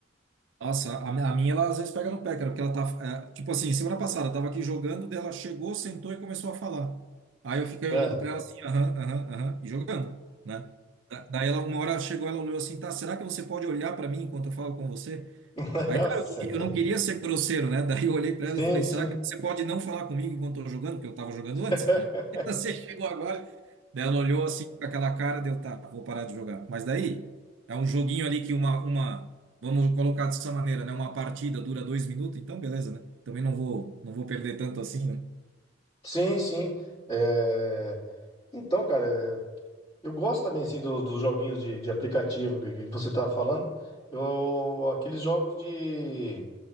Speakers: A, on the right; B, on the left.
A: Nossa, a, mi- a minha ela às vezes pega no pé, cara, porque ela tá. é, tipo assim, semana passada, eu tava aqui jogando, daí ela chegou, sentou e começou a falar. Aí eu fiquei
B: É,
A: olhando pra ela assim, aham, aham, aham, e jogando, né? Da- Daí ela, uma hora chegou, ela olhou assim, tá, será que você pode olhar pra mim enquanto eu falo com você?
B: <laughs>
A: Aí,
B: eu
A: cara,
B: sei.
A: eu eu não queria ser grosseiro, né? Daí eu olhei pra
B: sim,
A: ela e falei,
B: sim.
A: será que você pode não falar comigo enquanto eu tô jogando? Porque eu tava jogando
B: <laughs>
A: antes, né? <laughs> Você chegou agora. Daí ela olhou assim com aquela cara, deu, tá, vou parar de jogar. Mas daí, é um joguinho ali que uma, uma, vamos colocar dessa maneira, né? Uma partida dura dois minutos, então beleza, né? Também não vou, não vou perder tanto assim, né?
B: Sim, sim. É, Então, cara. é, Eu gosto também, assim, dos, dos joguinhos de, de aplicativo que que você tá falando. Eu, aqueles jogos de...